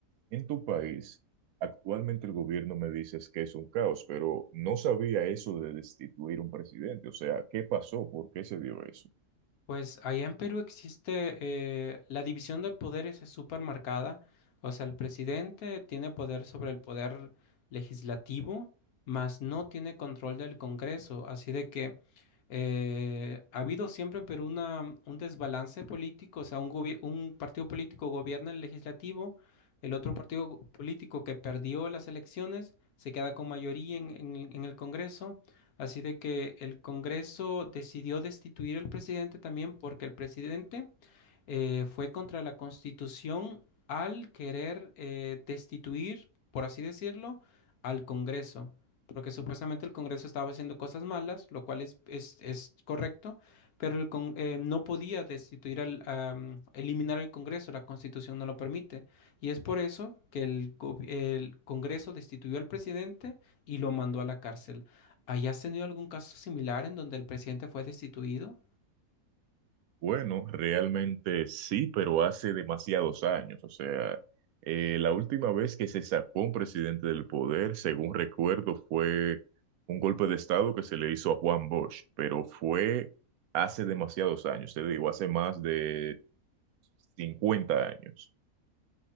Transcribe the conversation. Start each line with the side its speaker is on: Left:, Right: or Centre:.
Right: en tu país, actualmente el gobierno me dices que es un caos, pero no sabía eso de destituir un presidente. O sea, ¿qué pasó? ¿Por qué se dio eso?
Left: Pues allá en Perú existe eh, la división de poderes es súper marcada. O sea, el presidente tiene poder sobre el poder legislativo, mas no tiene control del Congreso. Así de que eh, ha habido siempre en Perú una, un desbalance político. O sea, un, gobier- un partido político gobierna el legislativo, el otro partido político que perdió las elecciones se queda con mayoría en en- en el Congreso. Así de que el Congreso decidió destituir al presidente también porque el presidente eh, fue contra la Constitución al querer eh, destituir, por así decirlo, al Congreso. Porque supuestamente el Congreso estaba haciendo cosas malas, lo cual es, es, es correcto, pero el con- eh, no podía destituir al, am, eliminar el Congreso, la Constitución no lo permite. Y es por eso que el, go- el Congreso destituyó al presidente y lo mandó a la cárcel. ¿Hayas tenido algún caso similar en donde el presidente fue destituido?
Right: Bueno, realmente sí, pero hace demasiados años. O sea, eh, la última vez que se sacó un presidente del poder, según recuerdo, fue un golpe de estado que se le hizo a Juan Bosch, pero fue hace demasiados años, te digo, hace más de 50 años.